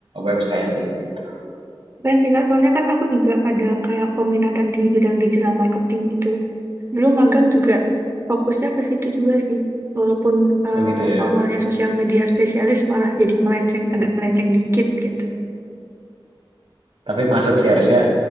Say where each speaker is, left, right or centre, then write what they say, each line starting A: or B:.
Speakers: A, on the right (about 80°); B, on the right (about 30°).
A: website kayak gitu gitu.
B: Keren sih Kak, soalnya kan aku juga ada kayak peminatan di bidang digital marketing gitu. Dulu magang juga fokusnya ke situ juga sih. Walaupun eh,
A: Oh gitu ya.
B: awalnya sosial media spesialis malah jadi melenceng, agak melenceng dikit gitu.
A: Tapi masuk sih harusnya